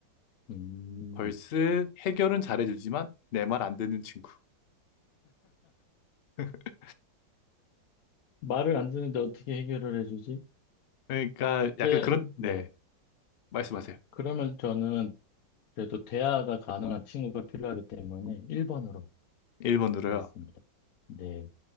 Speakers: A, on the left; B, on the left.
A: 음,
B: 벌스 해결은 잘해주지만 내 말 안 듣는 친구. <laughs>
A: 말을 안 듣는데 어떻게 해결을 해주지?
B: 그러니까 약간
A: 그래,
B: 그런,
A: 네.
B: 네, 말씀하세요.
A: 그러면 저는 그래도 대화가 가능한 친구가 필요하기 때문에 1번으로
B: 1번으로요.
A: 하겠습니다. 네.